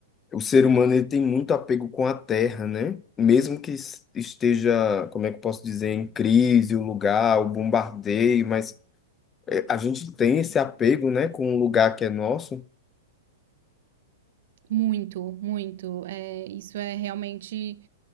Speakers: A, on the left; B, on the right.
A: O ser humano ele tem muito apego com a terra, né? Mesmo que es- esteja, como é que eu posso dizer, em crise, o lugar, o bombardeio, mas é, a gente tem esse apego, né, com o lugar que é nosso.
B: Muito, muito. É, isso é realmente